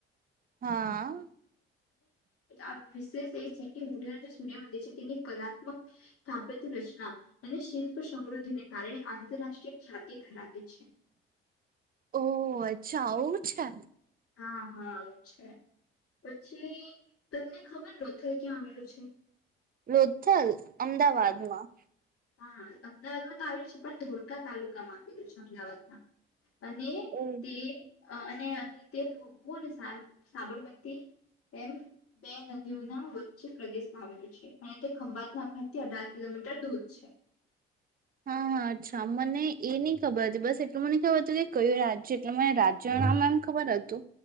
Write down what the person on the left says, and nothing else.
અને વિશેષ એ છે, કે મઢ જે સૂર્યમંદિર છે, તેની કલાત્મક સ્થાપ્ય રચના અને શિલ્પ સમૃદ્ધિને કારણે આંતરરાષ્ટ્રીય ખ્યાતિ ધરાવે છે.
હા <unintelligible> છે, પછી તમને ખબર ન થર ક્યાં આવેલું છે.
હા હા અમદાવાદમાં તો આવ્યું છે, પણ ધોળકા તાલુકામાં આવેલું છે, અમદાવાદમાં. અને
તે અને અહી તે <unintelligible> અને સાબરમતી એમ બે નદીઓના વચ્ચે પ્રદેશમાં આવેલું છે, અને તે ખંભાતના અખાતથી અઢાર કિલોમીટર દૂર. <inaudible>